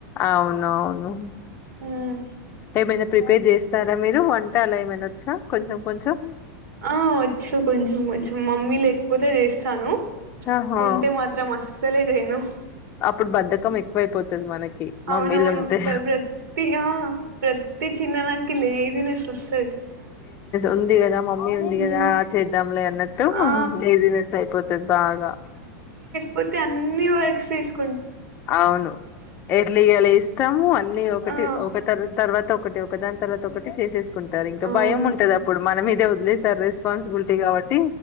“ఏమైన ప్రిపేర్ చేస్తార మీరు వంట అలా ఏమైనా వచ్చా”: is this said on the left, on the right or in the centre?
Left